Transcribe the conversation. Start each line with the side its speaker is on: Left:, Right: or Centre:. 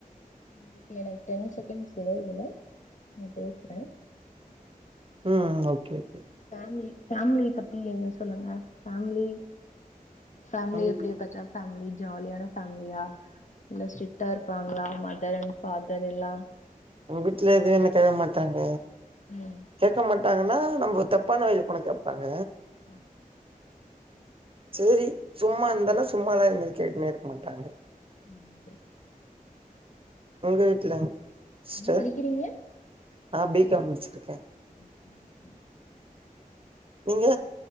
Left: இன்னக்கி எனக்கு டென் செகண்ட்ஸ் இதுல நா பேசுற
Right: ம் ம் ஓகே ஓகே
Left: ஃபேமிலி ஃபேமிலி பத்தி எதுவு சொல்லுங்க ஃபேமிலி ஃபேமிலிய
Right: ம்
Left: எப்டி பச்சாவு ஃபேமிலி ஜாலியான ஃபேமிலியா இல்ல ஸ்ட்ரிக்டா இருப்பாங்ளா மதர் அண்ட் ஃபாதர் எல்லா
Right: உங்க வீட்ல எது என்ன கேக்க மாட்டாங்க
Left: ம்
Right: கேட்க மாட்டாங்கன்னா நம்ம தப்பான வழிள போன கேப்பாங்க
Left: ஆ
Right: சேரி சும்மா இந்தாலு சும்மாலா இதுமேரி கேட்னே இருக்க மாட்டாங்க
Left: ம்
Right: உங்க வீட்லிங் சிஸ்டர்
Left: என்ன படிக்கிறீங்க
Right: நா பிகாம் முடிச்சிருக்கே
Left: <unintelligible>
Right: நீங்க